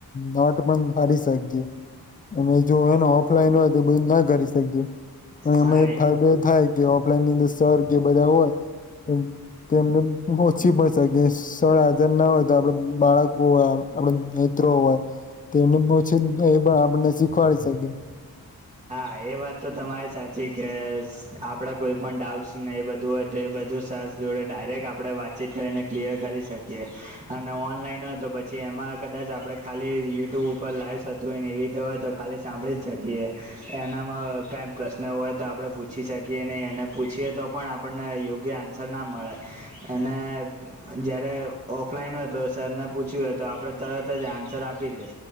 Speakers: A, on the left; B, on the right.
A: નોટ પણ હરી સખી અને જો એને ઓફલાઈન હોય તો બધું ના કરી શકીએ. અને
B: હા
A: અમાં એક ફાયદો એ થાય કે ઓફલાઈન ની અંદર સર કે બધા હોય એ તેમમને ઓછી પડશે કે સોડા હજાર ના હોય તો આપડ બાળકો હોય આપડ મિત્રો હોય તેને પછી એ પણ આપને શીખવાડી શકી.
B: હા એ વાત તો તમારી સાચી કે આપણા કોઈ પણણ ડાઉટ્સ ને એ બધું જ તો એ બધું સરસ જોડે ડાયરેક્ટ આપણે વાતચીત કરીને ક્લિયર કરી શકીએ અને ઓનલાઈન હોય તો છે એમાં કદાચ આપણે ખાલી યુટ્યુબ ઉપર લાઈવસ થતું હોય ને એવી રીતે હોય તો ખાલી સાંભળી જ શકીએ. એનામાં કાંઈ પ્રશ્ન હોય તો આપણે પૂછી શકીએ નહીં અને પૂછીએ તો પણ આપણે આપણને યોગ્ય આન્સર ના મળે અને જયારે ઓફલાઈન હોય તો સરને પૂછ્યું હોય તો આપણે તરત જ આન્સર આપી દે